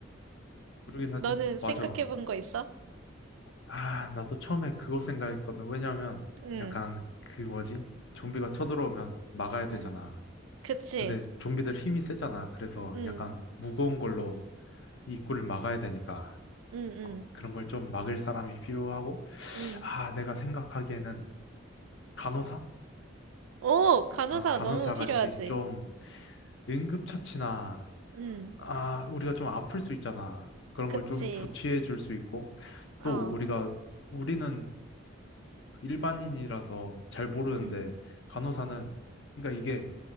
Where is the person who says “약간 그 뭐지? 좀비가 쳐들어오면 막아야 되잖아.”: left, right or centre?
Left